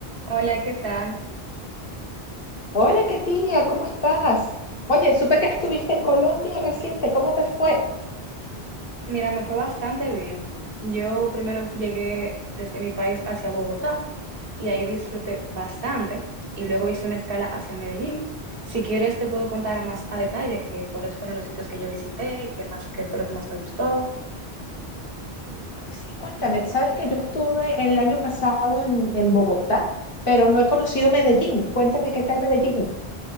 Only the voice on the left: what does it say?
Hola, Ketiria, ¿cómo estás? Oye, supe que estuviste en Colombia reciente, ¿cómo te fue?
Ay, sí, cuéntame, sabes que yo estuve el año pasado en, en Bogotá, pero no he conocido Medellín. Cuéntame qué tal Medellín.